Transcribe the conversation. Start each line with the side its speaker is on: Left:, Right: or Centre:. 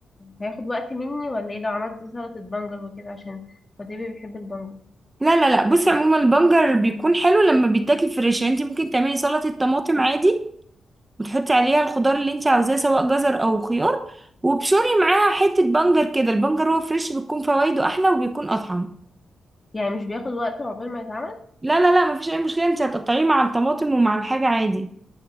Left: هياخد وقت مني ولا ايه لو عملت سلطة بنجر وكده عشان خطيبي بيحب البنجر
Right: لا لا لا بصي عموما البنجر بيكون حلو لما بيتاكل فريش يعني انت ممكن تعملي سلطة طماطم عادي وتحطي عليها الخضار اللي انت عاوزاه سواء جزر أو خيار وبشوري معاها حتة بنجر كده البنجر هو فريش بتكون فوائده أحلى وبيكون أطعم
Left: يعني مش بياخد وقت عقبال ما يتعمل
Right: لا لا لا مفيش أي مشكلة انت هتقطعيه مع الطماطم ومع الحاجة عادي